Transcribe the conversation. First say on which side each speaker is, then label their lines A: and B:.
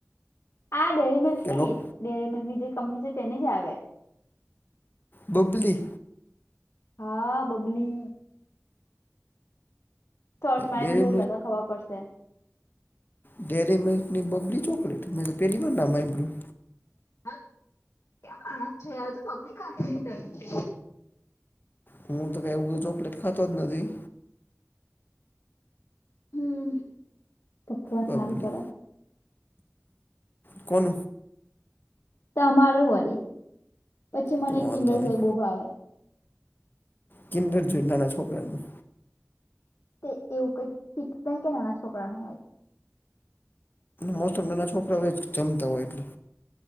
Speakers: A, on the left; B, on the left.
A: આ ડેરી મિલ્ક
B: કે
A: ની
B: લોક
A: ડેરી મિલ્ક ની જે કંપની છે તેની જ આવે
B: બુબલી
A: હા બબલી સર્ચ મારી
B: ડેરી
A: ને જોઈ લે તો ખબર પડશે.
B: ડેયરી મિલ્કની બબલી ચોકલેટ મેં તો પહેલી વાર નામ હાભળ્યુ
A: ક્યા માણસ છે <unintelligible>
B: હું તો કઈ એવું ચોકલેટ ખાતો જ નથી.
A: હમ ભગવાન
B: બબલી
A: હારું કરે
B: કોણ
A: તમારું વરી પછી મને
B: તો
A: એક
B: વાંધો
A: કિડર
B: નહીં
A: જોઈ બહુ ભાવે.
B: કિન્ડરજોય નાના છોકરાનું.
A: તે એવું કંઈક શીકતા કે નાના છોકરાનું હોય.
B: મોસ્ટ ઓફ નાના છોકરાઓ એજ જમતા હોય એટલે.